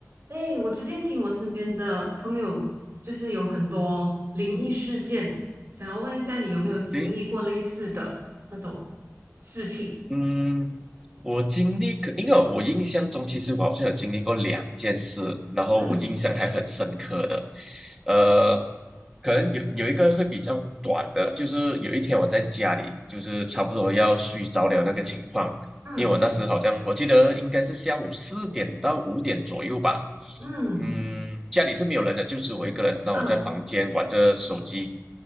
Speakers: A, on the right; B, in the centre.
A: 哎，我最近听我身边的朋友，就是有很多灵异事件，想要问一下你有没有经历过类似的那种事情？
B: 行，嗯，我经历可，因为我印象中，其实我好像有经历过两件事，然后我印象还很深刻的。
A: 嗯
B: 呃，可能有有一个会比较短的，就是有一天我在家里，就是差不多要睡着了那个情况，
A: 嗯
B: 因为我那时好像我记得应该是下午四点到五点左右吧。
A: 嗯
B: 嗯，家里是没有人的，就只有我一个人。那我在房间玩着手机，
A: 嗯